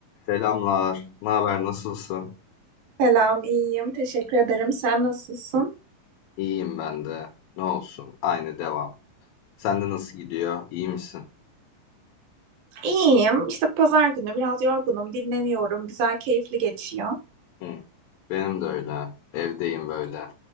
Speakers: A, on the left (about 80°); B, on the right (about 75°).
A: Selamlar. Ne haber? Nasılsın?
B: Selam, iyiyim. Teşekkür ederim. Sen nasılsın?
A: İyiyim ben de. Ne olsun? Aynı devam. Sende nasıl gidiyor? İyi misin?
B: İyiyim. İşte pazar günü biraz yorgunum, dinleniyorum. Güzel, keyifli geçiyor.
A: Hı. Benim de öyle. Evdeyim böyle.